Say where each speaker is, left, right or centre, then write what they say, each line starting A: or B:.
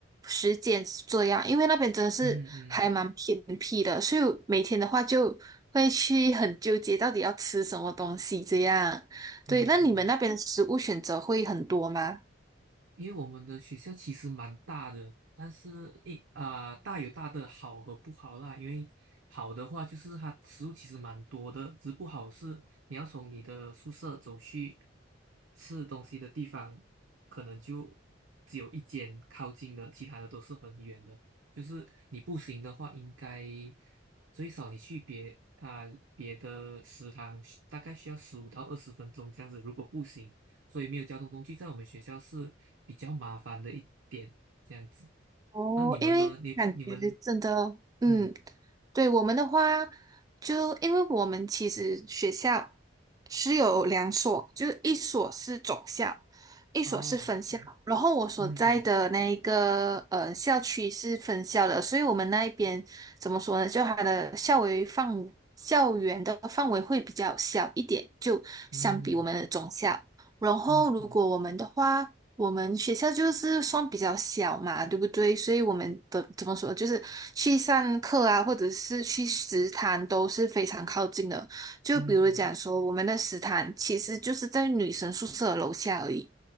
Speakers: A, on the right; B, on the right.
A: 十间这样，因为那边真的是还蛮偏僻的，
B: 嗯嗯
A: 所以每天的话就会去很纠结到底要吃什么东西这样。对，
B: 嗯嗯。
A: 那你们那边的食物选择会很多吗？
B: 因为我们的学校其实蛮大的，但是一啊、大有大的好和不好啦。因为好的话就是它食物其实蛮多的，只不好是你要从你的宿舍走去吃东西的地方，可能就只有一间靠近的，其他的都是很远的。就是你步行的话，应该最少你去别啊、别的食堂，大概需要十五到二十分钟这样子。如果步行。所以没有交通工具在我们学校是比较麻烦的一点，这样子。
A: 哦，
B: 那你们呢？
A: 因为感觉真的，
B: 你你们
A: 嗯，
B: 嗯
A: 对我们的话，就因为我们其实学校是有两所，就是一所是总校，一所是分校。
B: 哦，OK，
A: 然后我所在的那一个呃校区是分校的，
B: 嗯嗯
A: 所以我们那一边怎么说呢？就它的校围范校园的范围会比较小一点，就相比我们的总校。
B: 嗯
A: 然后，
B: 嗯嗯
A: 如果我们的话，我们学校就是算比较小嘛，对不对？所以我们的怎么说，就是去上课啊，或者是去食堂都是非常靠近的。就比如讲说，
B: 嗯嗯
A: 我们的食堂其实就是在女生宿舍的楼下而已，